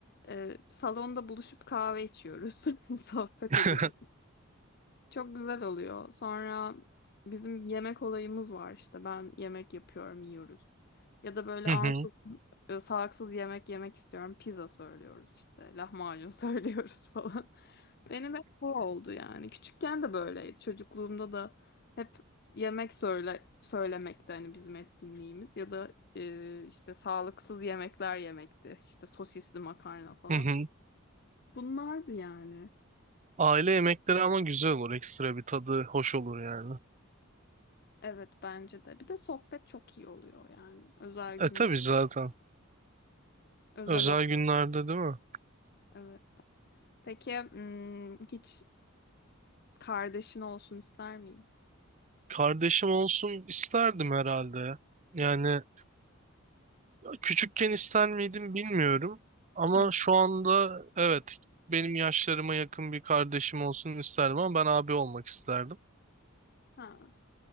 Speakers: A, on the left; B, on the right.
A: e, salonda buluşup kahve içiyoruz. <laughs> Sohbet
B: <laughs>
A: ediyoruz. Çok güzel oluyor. Sonra bizim yemek olayımız var işte. Ben yemek yapıyorum, yiyoruz. Ya da böyle
B: Hı
A: ansızın
B: hı.
A: e, salaksız yemek yemek istiyorum. Pizza söylüyoruz işte. Lahmacun <laughs> söylüyoruz falan. Benim hep bu oldu yani. Küçükken de böyleydi. Çocukluğumda da hep yemek söyle söylemekti hani bizim etkinliğimiz. Ya da e, işte sağlıksız yemekler yemekti. İşte sosisli makarna falan.
B: Hı hı.
A: Bunlardı yani.
B: Aile yemekleri ama güzel olur. Ekstra bir tadı hoş olur yani.
A: Evet bence de. Bir de sohbet çok iyi oluyor yani. Özel günler.
B: E tabii zaten.
A: Özel
B: Özel
A: o.
B: günlerde değil mi?
A: Evet. Peki hmm, hiç kardeşin olsun ister miydin?
B: Kardeşim olsun isterdim herhalde. ya. Yani küçükken ister miydim bilmiyorum. Ama
A: Hı.
B: şu anda evet benim yaşlarıma yakın bir kardeşim olsun isterdim ama ben abi olmak isterdim.
A: Ha.